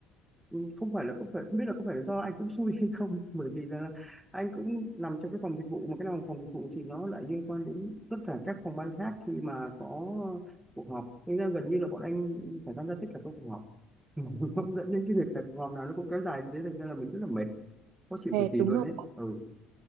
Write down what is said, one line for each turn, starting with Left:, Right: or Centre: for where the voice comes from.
Centre: ừ, không phải là không phải không biết là có phải là do anh cũng xui hay không <laughs> bởi vì rằng là anh cũng nằm trong cái phòng dịch vụ mà cái nào phòng dịch vụ thì nó lại liên quan đến tất cả các phòng ban khác khi mà có cuộc họp nên là gần như là bọn anh phải tham gia tất cả các cuộc họp <laughs> Nó dẫn đến cái việc là cuộc họp nào nó cũng kéo dài như thế thành ra là mình rất là mệt khó chịu
Right: mệt,
Centre: cực kỳ
Right: đúng
Centre: luôn
Right: rồi.
Centre: ấy ừ